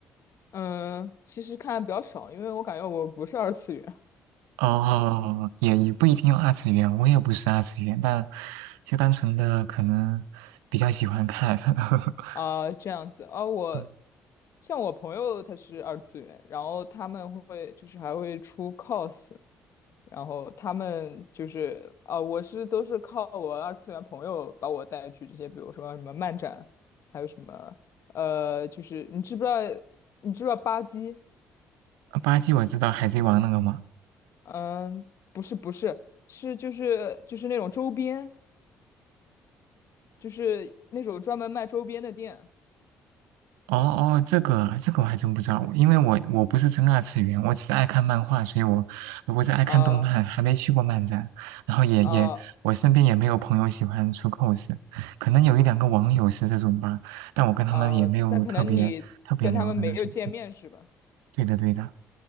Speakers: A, on the left; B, on the right.
A: 嗯，其实看的比较少，因为我感觉我不是二次元。
B: 哦，也也不一定要二次元，我也不是二次元，但就单纯的可能比较喜欢看。<laughs>
A: 啊，这样子啊，我
B: 嗯，
A: 像我朋友他是二次元，然后他们会就是还会出 cos，然后他们就是啊，我是都是靠我二次元朋友把我带去这些，比如说什么漫展，还有什么呃，就是你知不知道你知不知道吧唧？
B: 啊，巴基我知道《海贼王》那个嘛。
A: 嗯，不是不是，是就是就是那种周边，就是那种专门卖周边的店
B: 哦哦，这个这个我还真不知道，因为我我不是真二次元，我只是爱看漫画，所以我我是爱看动漫，
A: 啊
B: 还没去过漫展，然后也也我身边也没有朋友喜欢出
A: 啊。
B: cos，可能有一两个网友是这种吧，但我跟他们也没有特别特别聊的那种。
A: 啊、但可能你跟他们没有见面是吧？
B: 对的对的，